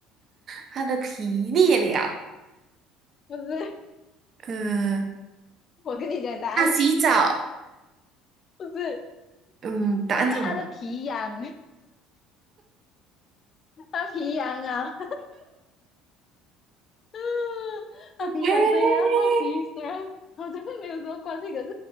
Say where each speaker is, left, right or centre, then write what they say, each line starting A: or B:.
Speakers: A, on the right (about 45°); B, on the left (about 45°).
A: 它的皮裂了，
B: 不是，
A: 嗯，
B: 我跟你讲答案，
A: 它洗澡，
B: 不是，
A: 嗯，答案是什么？
B: 因为它的皮痒，它皮痒啊。<laughs> 他皮痒谁还要脱皮？
A: 耶
B: 虽然好像没有什么关系，可是